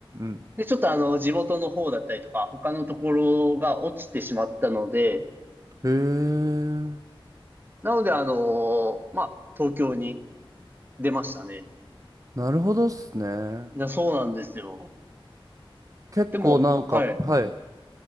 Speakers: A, on the right; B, on the right.
A: ん
B: で、ちょっとあの、地元の方だったりとか、他のところが落ちてしまったので、
A: うん。へえ。
B: なので、あの、まあ、東京に出ましたね。
A: なるほどっすね。
B: な、そうなんですよ。
A: 結構なんか、
B: でも、はい。
A: はい。